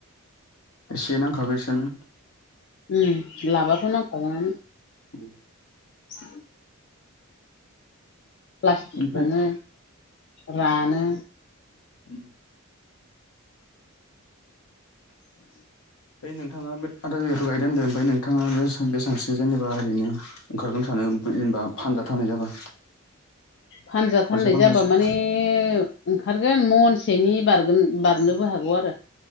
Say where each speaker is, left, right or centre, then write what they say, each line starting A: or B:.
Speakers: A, on the left; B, on the left.
A: से नांखागो बेसनो
B: ओ लाबाथ' नांखागोनानो
A: औ
B: <unintelligible> प्लास्टिक
A: ओमफ्राय
B: थाङो रानो
A: उ <inaudible>
B: <inaudible>
A: नोंथाङा बे आदा बिगाखौ' गायददों होनदों ओमफ्राय नोंथाङा बे बेसेबांस्रि जेनेबा ओरैनो ओंखारगोन सानो जेनेबा फानजाथ जाबा।
B: फानज थाननाय
A: खनसे फानगासेयाव
B: जाबा माने माने ओंखारगोन महनसेनि बारगोन बारनोबो हागौ आरो।